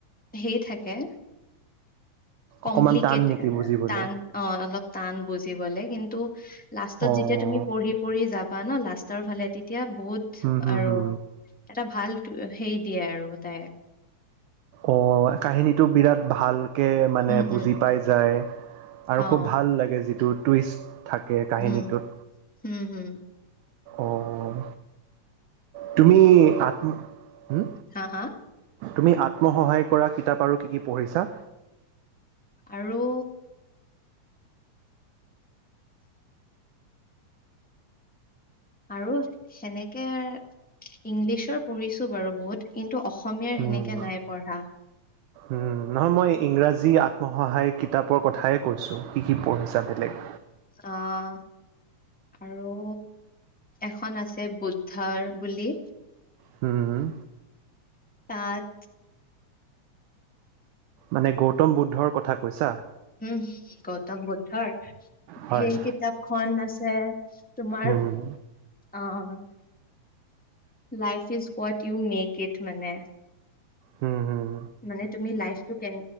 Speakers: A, in the centre; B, on the right.
A: হেই থাকে। কম্পলিকেট
B: অকমান টান নেকি বুজিবলে?
A: টান অ' অলপ টান বুজিবলে, কিন্তু লাষ্টত
B: অ'
A: যেতিয়া তুমি পঢ়ি পঢ়ি যাবা ন লাষ্টৰ ফালে তেতিয়া এতিয়া বহুত
B: হুম হুম
A: আৰু
B: হুম।
A: এটা ভাল হেৰি দিয়ে আৰু তাই
B: অ' কাহিনীটো বিৰাট ভাল। কে মানে
A: উম
B: বুজি
A: উম
B: পাই যায় আৰু
A: অ
B: খুব ভাল লাগে যিটো টুইষ্ট থাকে কাহিনীটোত
A: হম হম হম
B: অ' তুমি আত্ম হম
A: হা হা
B: তুমি আত্মসহায় কৰা কিতাপ আৰু কি কি পঢ়িছা।
A: আৰু আৰু সেনেকে ইংলিছৰ পঢ়িছো বাৰু বহুত কিন্তু অসম অসমীয়াৰ
B: হুম।
A: সেনেকে নাই পঢ়া।
B: উম, নহয়, মই ইংৰাজী আত্মসহায় কিতাপৰ কথাই কৈছো কি কি পঢ়িছা বেলেগ।
A: আহ আৰু এখন আছে বুদ্ধাৰ বুলি।
B: হম, উম।
A: তাত
B: মানে গৌতম বুদ্ধৰ কথা কৈছা।
A: উম, হম, হম, গৌতম বুদ্ধৰ।
B: হয়,
A: সেই কিতাপখন আছে তোমাৰ
B: উম,
A: অহ। Life is what you make it মানে।
B: উম, হুম।
A: মানে তুমি লাইফটো কে